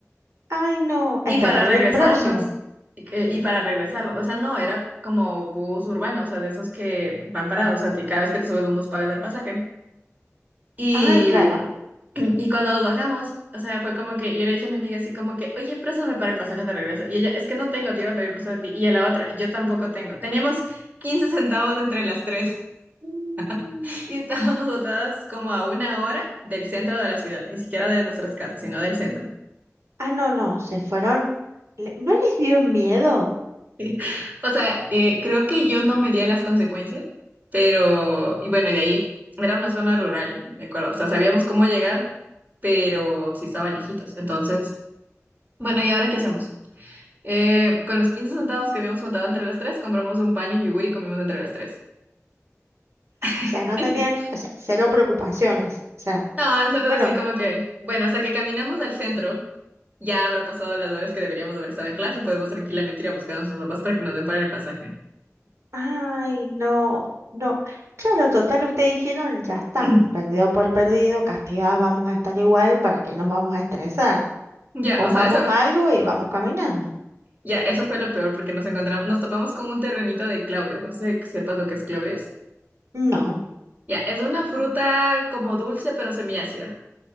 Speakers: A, on the right (about 65°); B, on the right (about 30°).
A: ay, no,
B: Y
A: a esperar
B: para regresarnos,
A: el próximo.
B: y que- y para regresarnos, o sea, no, era como bus urbano, o sea, de esos que van parados, o sea, que cada vez que te subes a un bus pagas el pasaje. Y
A: Ay, claro.
B: Y cuando nos bajamos, o sea, fue como que yo le dije a mi amiga así como que, oye, préstame para el pasaje de regreso. Y ella, es que no tengo, te iba a pedir prestado a ti. Y a la otra, yo tampoco tengo. Teníamos 15 centavos entre las tres
A: <gasps>
B: <laughs> y estábamos botadas como a una hora del centro de la ciudad, ni siquiera de nuestras casas, sino del centro.
A: Ah, no, no, se fueron, le- no les dio miedo,
B: <laughs> O sea, eh, creo que yo no medía las consecuencias, pero, y bueno, de ahí era una zona rural, me acuerdo. O sea, sabíamos cómo llegar, pero sí estaba lejitos. Entonces, bueno, ¿y ahora qué hacemos? Eh, con los 15 centavos que habíamos juntado entre las tres, compramos un paño, y un yogur y comimos entre las tres. <laughs>
A: o sea, no tenían, o sea, cero preocupaciones, o sea,
B: No, nosotros
A: bueno,
B: así como que, bueno, hasta que caminemos al centro, ya habrá pasado las horas que deberíamos haber estado en clase y podemos tranquilamente ir a buscar a nuestros papás para que nos den para el pasaje.
A: ay, no, no, claro, total, ustedes dijeron, ya está,
B: <clears throat>
A: perdido por perdido, castigadas vamos a estar igual, ¿para que nos vamos a estresar?
B: Ya,
A: Comamos
B: o sea, eso,
A: algo y vamos caminando.
B: ya, eso fue lo peor porque nos encontramos, nos topamos con un terrenito de Claudios. No sé que sepas lo que es Claudios.
A: No,
B: Ya, es una fruta como dulce pero semiácida.